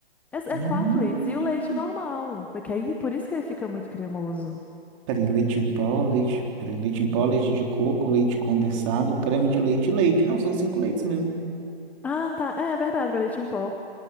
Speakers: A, in the centre; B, on the right.
A: é
B: Hum.
A: é quatro leites e o leite normal, porque aí por isso que ele fica muito cremoso.
B: Peraí, leite em pó, leite. Peraí, leite em pó, leite de coco, leite condensado, creme de leite e leite. Não, são cinco leites mesmo.
A: Ah, tá. É, é verdade, vai leite em pó.